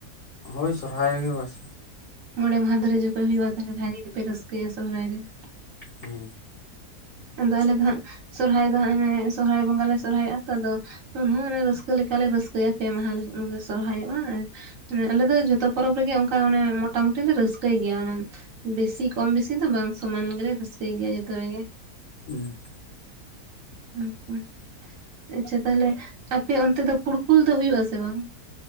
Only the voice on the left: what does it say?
ᱦᱳᱭ ᱥᱚᱨᱦᱟᱭ ᱨᱮᱜᱮ ᱵᱟᱥ
<inaudible>
ᱦᱩᱸ